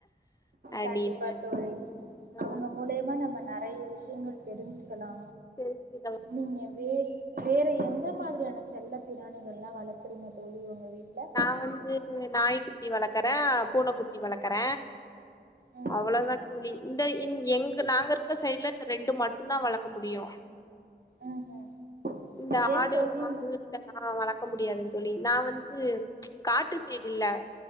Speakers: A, on the left; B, on the right.
A: அப்டின்னு
B: கண்டிப்பா தோழி
A: ஆ
B: அவுங்க மூலியமா நம்ம நறை ய விஷயங்கள் தெரிஞ்சு க்லா
A: தெரிஞ்சுக்கலா
B: நீங்க வே வேற எந்த மாதிரியான செல்ல பிராணிகள் எல்லா வளக்குறீங்க தோழி உங்க வீட்ல
A: நா வந்து நாய்க்குட்டி வளக் கற பூனைக்குட்டி வளர்க்கற
B: ம்
A: அவ்வளதா தோழி இந்த இங் எங்க நாங்க இருக்க சைட்ல இந்த ரெண்டு மட்டுந்தா வளக்க முடியு
B: ம் ம்
A: இந்த
B: ஏ
A: ஆடு
B: தோழி
A: மாடு
B: நீ
A: இதெல்லா வளக் க முடியாதுங் தோழி நா வந்த் து காட்டு சைடுல்ல